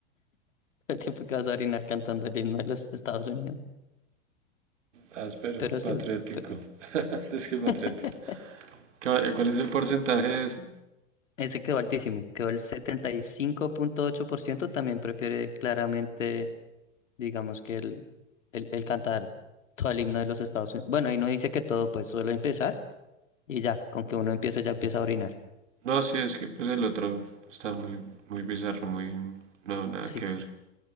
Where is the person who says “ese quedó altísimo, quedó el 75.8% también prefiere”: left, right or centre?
Left